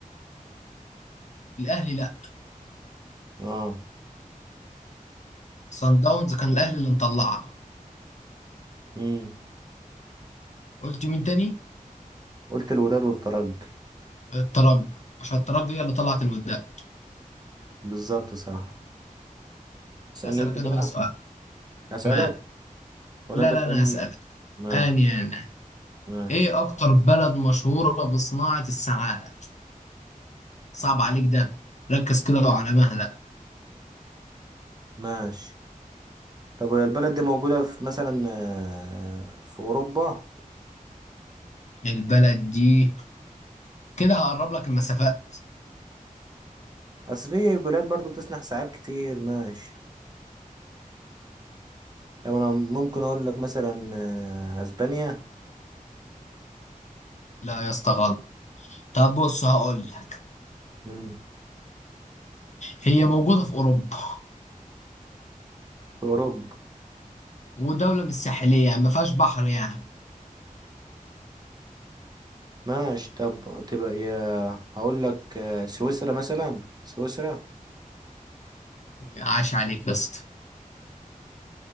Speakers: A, on the left; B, on the right.
A: الاهلي لا
B: اه
A: صن داونز كان الاهلي اللي مطلعها
B: امم
A: قلت مين تاني؟
B: قلت الوداد والترجي
A: الترجي عشان الترجي هي اللي طلعت الوداع
B: بالظبط صراحة اسألني
A: اسألك
B: انت
A: انا
B: كده
A: بقى سؤال
B: اسألك
A: ما
B: ولا
A: لا
B: انت
A: لا
B: تسألني
A: انا هسألك
B: ماشي
A: اني انا
B: ماشي
A: ايه اكتر بلد مشهورة بصناعة الساعات؟ صعب عليك ده ركز كده وعلى مهلك
B: ماشي طب هي البلد دي موجودة في مثلا آه، في أوروبا
A: البلد دي كده هقرب لك المسافات
B: أصل في بلاد برضو بتسنح ساعات كتير ماشي طب أنا ممكن أقول لك مثلا آه، أسبانيا
A: لا يا اسطى غلط طب بص هقول لك
B: امم
A: هي موجودة في أوروبا
B: في أوروبا
A: ودولة مش ساحلية يعني ما فيهاش بحر يعني
B: ماشي طب تبقى يا هقول لك آه، سويسرا مثلا سويسرا
A: عاش عليك يا اسطى